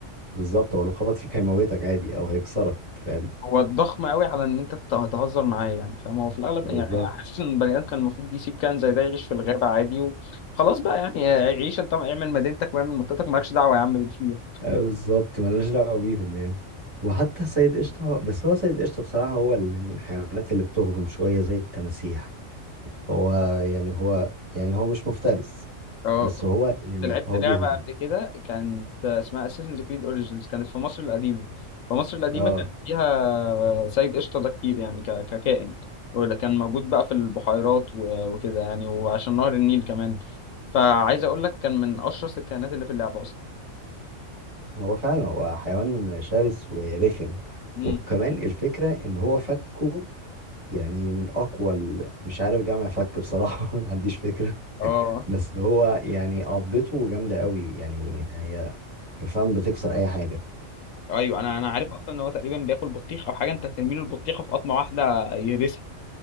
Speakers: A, on the right (about 25°); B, on the left (about 80°).
A: بالظبط هو لو خبط فيك هيموتك عادي او هيكسرك فاهم
B: هو ضخم قوي على ان انت ت- تهزر معاه يعني فاهم هو في الاغلب
A: بالظبط
B: يعني حاسس ان البني ادم كان المفروض يسيب كائن زي ده يعيش في الغابه عادي وخلاص بقى يعني آه، عيش انت اعمل مدينتك واعمل منطقتك مالكش دعوه يا عم بالفيل
A: أيوة بالظبط ملناش دعوه بيهم يعني وحتى سيد قشطه بس هو سيد قشطه بصراحه هو اللي من الحيوانات اللي بتهجم شويه زي التماسيح هو يعني هو يعني هو مش مفترس
B: اه
A: بس هو يعني
B: لعبت
A: هو
B: لعبة
A: بيهجم
B: قبل كده كانت اسمها Assassin's Creed Origins كانت في مصر القديمة في مصر القديمة
A: اه
B: كان فيها سيد قشطة ده كتير يعني ك- ككائن ولا كان موجود بقى في البحيرات و- وكده يعني وعشان نهر النيل كمان فعايز اقول لك كان من اشرس الكائنات اللي في اللعبة اصلا
A: هو فعلا هو حيوان شرس ورخم
B: امم
A: وكمان الفكرة ان هو فكه يعني من اقوى ال... مش عارف جمع فك بصراحة <laughs> ما عنديش فكرة
B: اه
A: بس هو يعني عضته جامدة قوي يعني هي فعلا بتكسر اي حاجة
B: ايوه انا انا عارف اصلا ان هو تقريبا بياكل بطيخ او حاجة انت هترمي له البطيخة في قطمة واحدة يهرسها